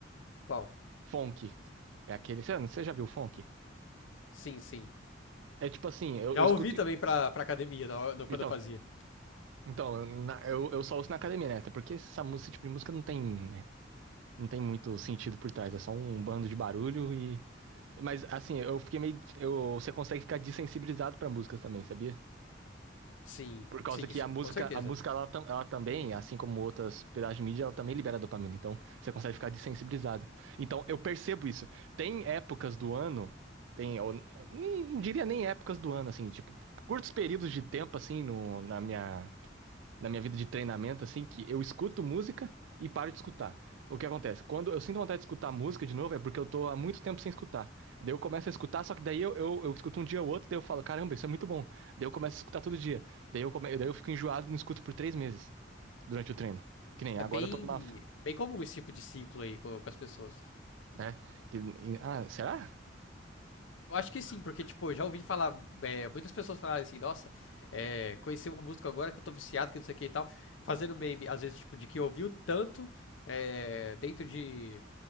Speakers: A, on the left; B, on the right.
A: Qual?
B: Funk. É aquele. Você, você já viu funk?
A: Sim, sim.
B: É tipo assim, eu,
A: Já
B: eu escuto.
A: ouvi também pra, pra academia na hora- no-
B: Então,
A: quando eu fazia.
B: então na- eu, eu só ouço na academia, né? Até porque essa música, esse tipo de música não tem, né? Não tem muito sentido por trás. É só um bando de barulho e. Mas assim, eu fiquei meio. Eu, você consegue ficar dessensibilizado pra músicas também, sabia?
A: Sim,
B: Por causa
A: sim,
B: que
A: isso,
B: a música,
A: com certeza.
B: a música ela, tam- ela também, assim como outras pedaços de mídia, ela também libera dopamina. Então, você consegue ficar desensibilizado. Então, eu percebo isso. Tem épocas do ano, tem, eu não diria nem épocas do ano, assim, tipo, curtos períodos de tempo, assim, no, na minha na minha vida de treinamento, assim, que eu escuto música e paro de escutar. O que acontece? Quando eu sinto vontade de escutar música de novo, é porque eu tô há muito tempo sem escutar. Daí eu começo a escutar, só que daí eu, eu, eu escuto um dia ou outro, daí eu falo, caramba, isso é muito bom. Daí eu começo a escutar todo dia. Daí eu, come... daí eu fico enjoado e não escuto por três meses durante o treino. Que nem
A: É
B: agora
A: bem,
B: eu tô numa.
A: bem comum esse tipo de ciclo aí co- com, as pessoas.
B: Né? Que... Ah, será?
A: Eu acho que sim, porque, tipo, eu já ouvi falar, é, muitas pessoas falarem assim, nossa, é, conheci uma música agora que eu tô viciado, que não sei o que e tal, fazendo meme, às vezes, tipo, de que ouviu tanto, é, dentro de,